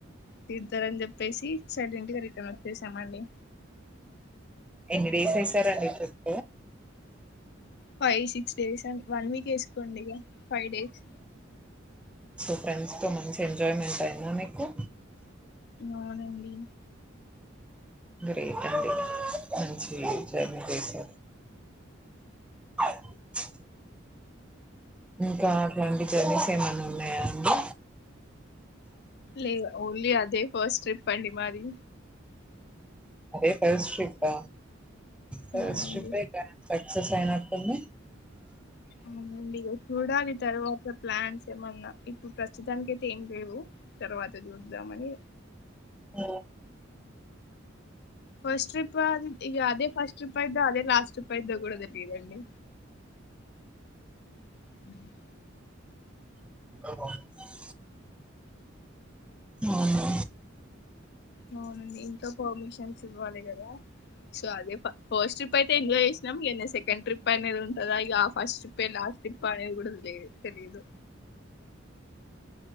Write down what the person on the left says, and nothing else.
తీిరుతారని చె చెప్పేసి చెల్లి ఇంటికి రిటర్న్ వచ్చేసామండి
ఫైవ్ సిక్స్ డేస్ అం వన్ వీక్ వేసుకోండి ఫైవ్ డేస్
అవునండి
లే ఓన్లీ అది అదే ఫస్ట్ ట్రిప్ అండి మాది
అవునండి
అండి చూడాల తరువాత ప్లాన్స్ ఏమన్నా ఇప్పుడు ప్రస్తుతానికి అయితే ఏం లేవు తర్వాత చూద్దామని
ఫస్ట్ ట్రిప్ది ఇ అదే ఫస్ట్ అయితాది అదే రాఫ <unintelligible> ుప్పద్దో <unintelligible> కూడా తెలియదండి అ <unintelligible>
అవునండి ఇంట్లో పర్మిషన్స్ ఇవ్వాలి కదా సో అదే ఫస్ట్ ట్రిప్ అయితే ఎంజాయ్ చేసినాం సెకండ్ ట్రిప్ అనేది ఉంటందా ఇక ఆ ఫస్ట్ ట్రిప్ ఏ లాస్ట్ ట్రిప్ అనేది కూడా తెలియ తెలీదు